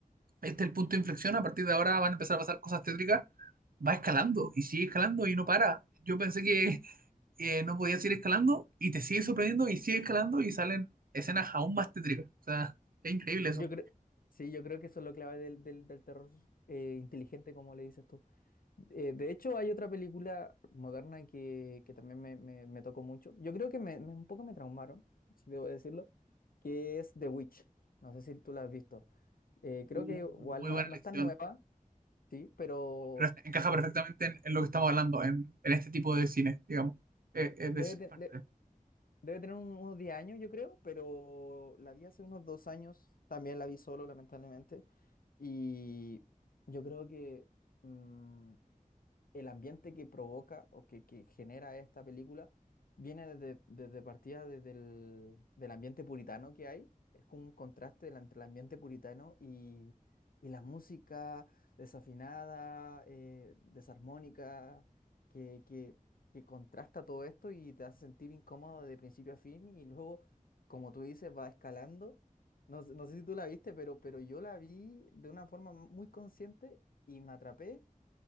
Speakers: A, on the right (about 80°); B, on the left (about 80°).
A: este es el punto de inflexión, a partir de ahora van a empezar a pasar cosas tétricas, va escalando y sigue escalando y no para. Yo pensé que <laughs> eh, no podía seguir escalando y te sigue sorprendiendo y sigue escalando y salen escenas aún más tétricas. O sea, es increíble eso.
B: Yo creo, sí, yo creo que eso es lo clave del, del, del terror eh, inteligente, como le dices tú. Eh, de hecho, hay otra película moderna que, que también me, me- me tocó mucho. Yo creo que me, me- un poco me traumaron, si debo decirlo, que es The Witch. No sé si tú la has visto. Eh, creo
A: Mm.
B: que igual
A: Muy
B: no,
A: buena
B: no
A: elección.
B: es tan nueva, sí, pero
A: Pero encaja
B: creo
A: perfectamente
B: que
A: en, en lo que estamos hablando, en, en este tipo de cine, digamos. Eh, es
B: debe,
A: de-
B: te-
A: parte
B: de- debe tener un- unos 10 años, yo creo, pero la vi hace unos dos años. También la vi solo, lamentablemente. Y yo creo que... mm, el ambiente que provoca o que, que genera esta película viene desde, desde partida desde el, del ambiente puritano que hay. Es como un contraste del- entre el ambiente puritano y, y la música desafinada, eh, desarmónica, que, que, que contrasta todo esto y te hace sentir incómodo de principio a fin y luego, como tú dices, va escalando. No, sé- no sé si tú la viste, pero, pero yo la vi de una forma muy consciente y me atrapé